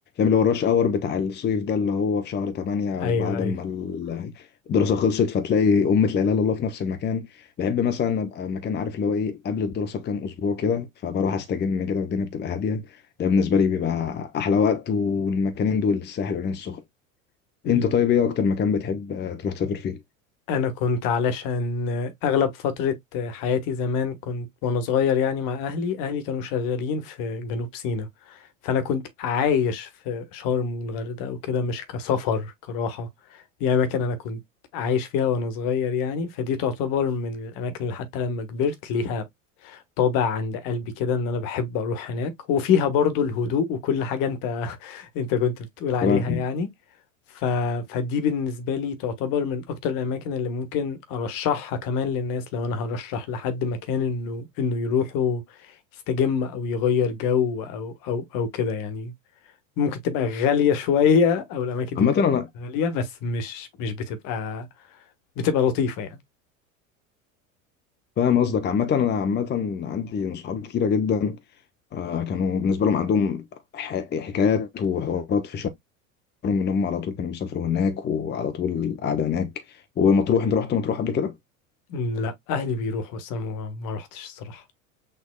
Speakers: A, on the left; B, on the left.
A: اللي هو الرش اور بتاع الصيف ده اللي هو في شهر 8 او
B: ايوه
A: بعد
B: ايوه
A: ما ال- الدراسه خلصت فتلاقي امة لا اله الا الله في نفس المكان بحب مثلا ابقى مكان عارف اللي هو ايه قبل الدراسه بكام اسبوع كده فبروح استجم كده والدنيا بتبقى هاديه ده بالنسبه لي بيبقى احلى وقت والمكانين دول الساحل والعين السخنه
B: ل-
A: انت طيب ايه اكتر مكان بتحب آه، تروح تسافر فيه
B: انا كنت علشان اغلب فترة حياتي زمان كنت وانا صغير يعني مع اهلي اهلي كانوا شغالين في جنوب سيناء فانا كنت عايش في شرم والغردقة وكده مش كسفر كراحة دي اماكن انا كنت عايش فيها وانا صغير يعني فدي تعتبر من الاماكن اللي حتى لما كبرت ليها طابع عند قلبي كده ان انا بحب اروح هناك وفيها برضو الهدوء وكل حاجة انت <laughs> انت كنت بتقول عليها
A: تمام
B: يعني ف... فدي بالنسبة لي تعتبر من اكتر الاماكن اللي ممكن ارشحها كمان للناس لو انا هرشح لحد مكان انه انه يروحوا يستجم او يغير جو او او او كده يعني ممكن تبقى غالية شوية او الاماكن دي
A: عامة
B: ممكن تبقى
A: أنا
B: غالية بس مش مش بتبقى بتبقى لطيفة يعني
A: فاهم قصدك عامة أنا عامة عندي صحاب كتيرة جدا آه، كانوا بالنسبة لهم عندهم ح- حكايات وحوارات في من هم على طول كانوا بيسافروا هناك وعلى طول قاعدة هناك ومطروح انت رحت مطروح قبل كده؟
B: لا اهلي بيروحوا بس انا ما ما رحتش الصراحة